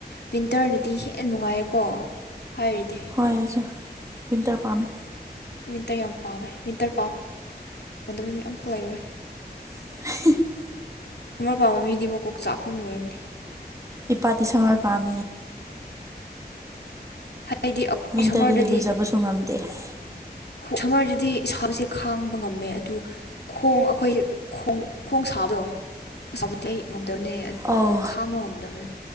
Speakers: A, on the left (about 75°); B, on the right (about 20°).
A: ꯋꯤꯟꯇꯔꯅꯗꯤ ꯍꯦꯟꯅ ꯅꯨꯡꯉꯥꯏꯌꯦꯀꯣ ꯍꯥꯏꯔꯤꯗꯤ
B: ꯍꯣꯏ ꯑꯩꯁꯨ ꯤꯟꯇꯔ ꯄꯥꯝꯃꯦ
A: ꯋꯤꯟꯇꯔ ꯌꯥꯝ ꯄꯥꯝꯃꯦ ꯋꯤꯟꯇꯔ ꯄꯥꯝꯗꯕ ꯃꯤ ꯑꯐ ꯂꯩꯔꯣꯏ
B: <unintelligible>
A: ꯑꯃ ꯄꯥꯝꯕ ꯃꯤꯗꯤ ꯃꯀꯣꯛ ꯆꯥꯛꯄ ꯃꯤ ꯑꯣꯏꯔꯝꯅꯤ
B: ꯏꯄꯥꯇ ꯁꯃꯔ ꯄꯝ
A: ꯍꯥꯏꯗꯤ
B: ꯋꯤꯟꯇꯔꯗꯗꯤ
A: ꯁꯝꯃꯔꯗꯗꯤ
B: ꯂꯨꯖꯕꯁꯨ ꯉꯝꯗꯦ ꯍꯥꯏ
A: ꯁꯝꯃꯔꯗꯗꯤ ꯏꯁꯥꯁꯦ ꯈꯥꯡꯕ ꯉꯝꯃꯦ ꯑꯗꯨ ꯈꯣꯡ ꯑꯩꯈꯣꯏꯣꯡ ꯈꯣꯡ ꯁꯥꯕꯗꯣ ꯑꯁꯄꯗꯤ ꯑꯩ ꯉꯝꯗꯕꯅꯦ ꯑꯗꯨ
B: ꯑꯧ
A: ꯈꯥꯡꯕ ꯉꯝꯗꯕꯅꯦ